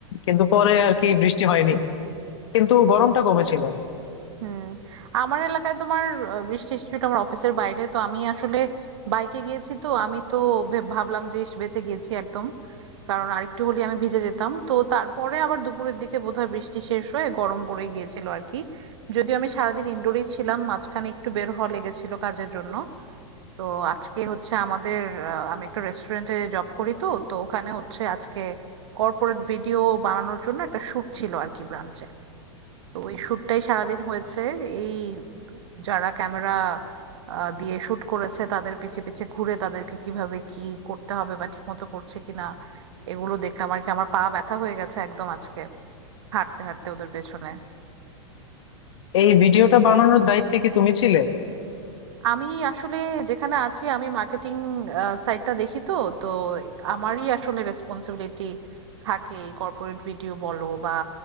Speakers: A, on the left; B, on the right.
A: কিন্তু পরে আর কি বৃষ্টি হয়নি কিন্তু গরমটা কমেছিল
B: হুম আমার এলাকায় তোমার আহ, বৃষ্টি এসেছিল আমার অফিসের বাইরে তো আমি আসলে বাইকে গিয়েছি তো আমি তো ভে- ভাবলাম যে ইস, বেঁচে গিয়েছি একদম কারণ আরেকটু হলে আমি ভিজে যেতাম তো তারপরে আবার দুপুরের দিকে বোধহয় বৃষ্টি শেষ হয়ে গরম পড়ে গিয়েছিল আর কি যদিও আমি সারাদিন ইনডোরেই ছিলাম মাঝখানে একটু বের হওয়া লেগেছিল কাজের জন্য তো আজকে হচ্ছে আমাদের আহ, আমি একটা রেস্টুরেন্টে জব করি তো তো ওখানে হচ্ছে আজকে কর্পোরেট ভিডিও বানানোর জন্য একটা শুট ছিল আর কি ব্রাঞ্চে তো ওই শ্যুটটাই সারাদিন হয়েছে এই যারা ক্যামেরা দিয়ে শুট করেছে তাদের পিছে পিছে ঘুরে তাদেরকে কিভাবে কি করতে হবে বা ঠিকমতো করছে কিনা এগুলো দেখলাম আর কি আমার পা ব্যথা হয়ে গেছে একদম আজকে হাঁটতে হাঁটতে ওদের পেছনে
A: এই ভিডিওটা বানানোর দায়িত্বে কি তুমি ছিলে
B: আমি আসলে যেখানে আছি আমি মার্কেটিং সাইডটা দেখি তো তো আমারই আসলে রেসপন্সিবিলিটি থাকে কর্পোরেট ভিডিও বলো বা